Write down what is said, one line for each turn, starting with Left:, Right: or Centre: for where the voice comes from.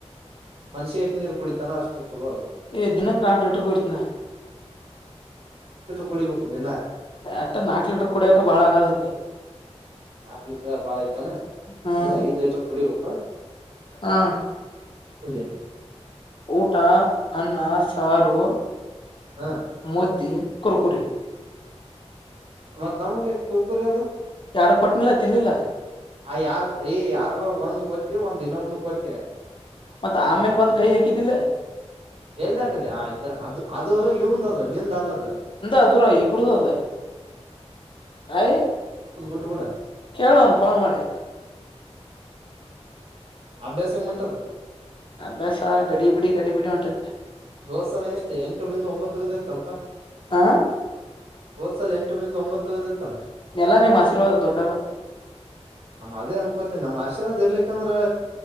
Right: ಮನುಷ್ಯ ಎಷ್ಟ ನೀರ್ ಕುಡಿತಾನ ಅಷ್ಟು ಚಲೋ ಅದು
Left: ಏ ದಿನಕ್ಕೆ ನಾಲ್ಕು ಲೀಟರ್ ಕುರೀತಿನಿ ನಾ
Right: ಕುಡಿಬೇಕದಿನ
Left: ಎಷ್ಟ ನಾಕ್ ಲೀಟರ್ ಕುಡಿಯಕ ಬಾಳ ಆಗಾದತಿ
Right: ನಾಕ್ ಲೀಟರ್ ಬಾಳ ಆಯ್ತಾನ
Left: ಹ್ಮ್
Right: ಇಲ್ಲ ಐದ್ ಲೀಟರ್ ಕುಡಿಬೇಕು
Left: ಹಾ
Right: <unintelligible>
Left: ಊಟ ಅನ್ನ ಸಾರು
Right: ಹಾ
Left: ಮಧ್ಯೆ ಕುರುಕುರಿ
Right: ಮತ್ತ್ ನಮಗ ಕುರಕುರಿ ಅದು
Left: ಯಾಡ ಕೊಟ್ಟನಿಲ್ಲ ತಿನ್ಲಿಲ್ಲ
Right: ಆ ಈ ಆಡ್ರ ಒಳಗೆ ಒಂದು ಕೊಚ್ಚ ಎ ಒಂದಿನ ಒ ಕೊ ಟೆ
Left: ಮತ್ ಆಮೇಲ್ ಬಂದ್ ಕೈ ಹಾಕಿದಿಲ್ಲ
Right: ಎಲ್ಲ ಹಾಕದಿ ಆ ಇದು ಅದು ಅದು. ಅದು ಇವನ್ಅದು ನೀನ್ ದಲ್ಲದು.
Left: ಇಬ್ರು ಇಬ್ಬರುದು ಆದ ಆಯ್.
Right: ಬುಡ.
Left: ಕೇಳು ಅವನು ಫೋನ್ ಮಾಡಿ.
Right: ಅಭ್ಯಾಸ ಹೆಂಗ್ ಹೊಂಟದ
Left: ಅಭ್ಯಾಸ ಗಡಿಬಿಡಿ ಗಡಿಬಿಡಿ ಹೊಂಟತಿ.
Right: ಹೋದ್ ಸಲ ಎಷ್ಟು ಎಂಟು ಬಿಂದು ಒಂಬತ್ತ ತಗದಿ ಅಂತ ಅಲ್ಪ
Left: ಹ
Right: ಹೋದ್ ಸಲ ಎಂಟು. ಒಂಬತ್ತಗದ. ತಲ
Left: ಎಲ್ಲಾ ನಿಮ್ ಆಶೀರ್ವಾದ ದೊಡ್ಡವರು
Right: ಅದೇ ಅನ್ಕೋತ ನಮ್ಮ್ ಆಶೀರ್ವಾದ ಇರಲ್ಲಿಕ್ ಯಾಕಂದ್ರೆ.